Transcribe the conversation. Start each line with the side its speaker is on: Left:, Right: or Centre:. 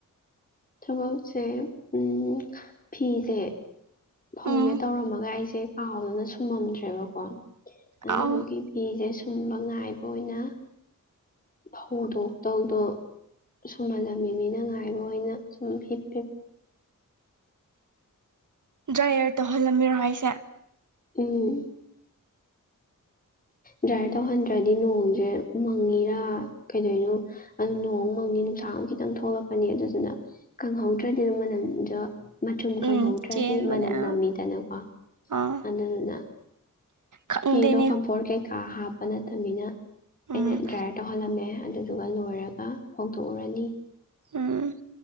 Left: ꯊꯕꯛꯁꯦ ꯎꯝ ꯐꯤꯁꯦ ꯐꯧꯒꯦ
Right: ꯎꯝ
Left: ꯇꯧꯔꯝꯃꯒ ꯑꯩꯁꯦ ꯀꯥꯎꯗꯨꯅ ꯁꯨꯝꯃꯝꯗ꯭ꯔꯦꯕꯀꯣ ꯑꯗꯨꯗꯨꯒꯤ
Right: ꯑꯧ
Left: ꯐꯤꯁꯦ ꯁꯨꯝꯕ ꯉꯥꯏꯕ ꯑꯣꯏꯅ ꯐꯧꯗꯣꯛꯇꯧꯗꯣ ꯁꯨꯝ ꯃꯥꯜꯖꯃꯤ ꯃꯤꯅ ꯉꯥꯏꯕ ꯑꯣꯏꯅ ꯁꯨꯝ ꯍꯤꯞ ꯍꯤꯞ
Right: ꯗ꯭ꯔꯥꯏꯌꯔ ꯇꯧꯍꯜꯂꯝꯃꯤꯔꯣ ꯍꯥꯏꯁꯦ
Left: ꯎꯝ ꯗ꯭ꯔꯥꯏ ꯇꯧꯍꯟꯗ꯭ꯔꯗꯤ ꯅꯣꯡꯁꯦ ꯃꯪꯉꯤꯔꯥ ꯀꯩꯗꯧꯔꯤꯅꯣ ꯑꯗꯨ ꯅꯣꯡꯃꯪꯅꯤ ꯅꯨꯡꯁꯥ ꯑꯃꯨ ꯈꯤꯇꯪ ꯊꯣꯛꯂꯛꯄꯅꯤ ꯑꯗꯨꯗꯨꯅ ꯈꯪꯍꯧꯗ꯭ꯔꯗꯤ ꯑꯗꯨ ꯃꯅꯟꯗ ꯃꯆꯨꯝ ꯀꯪꯍꯧꯗ꯭ꯔꯗꯤ
Right: ꯎꯝ ꯆꯦꯟꯕꯅꯦ
Left: ꯃꯅꯝ
Right: ꯑꯥ
Left: ꯅꯝꯃꯤꯗꯅꯀꯣ
Right: ꯑꯥ
Left: ꯑꯗꯨꯗꯨꯅ
Right: ꯈꯪꯗꯦꯅꯦ
Left: ꯐꯤꯗꯣ ꯀꯝꯐꯣꯔꯠ ꯀꯩꯀꯥ ꯍꯥꯞꯄ ꯅꯠꯇꯕꯅꯤꯅ ꯑꯩꯅ
Right: ꯎꯝ
Left: ꯗ꯭ꯔꯥꯏ ꯇꯧꯍꯜꯂꯝꯃꯦ ꯑꯗꯨꯗꯨꯒ ꯂꯣꯏꯔꯒ ꯐꯣꯡꯗꯣꯛꯎꯔꯅꯤ
Right: ꯎꯝ